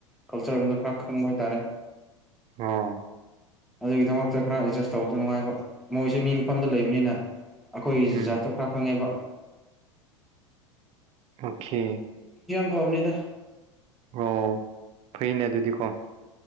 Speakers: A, in the centre; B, on the right.
A: ꯀꯜꯆꯔꯒꯨꯝꯕꯗ ꯈꯔ ꯈꯪꯕ ꯍꯥꯏꯇꯥꯔꯦ
B: ꯑꯥ
A: ꯑꯗꯨꯒꯤꯗꯃꯛꯇ ꯈꯔ ꯑꯦꯗꯖꯁ ꯇꯧꯕꯁꯨ ꯅꯨꯡꯉꯥꯏꯕ ꯃꯣꯏꯁꯦ ꯃꯤ ꯃꯐꯝꯗ ꯂꯩꯕꯅꯤꯅ ꯑꯩꯈꯣꯏ
B: ꯎꯝ
A: ꯖꯥꯠꯇꯨ ꯈꯔ ꯈꯪꯉꯦꯕ
B: ꯑꯣꯦ
A: ꯍꯕꯅꯤꯗ
B: ꯑꯣ ꯐꯩꯅꯦ ꯑꯗꯨꯗꯤꯀꯣ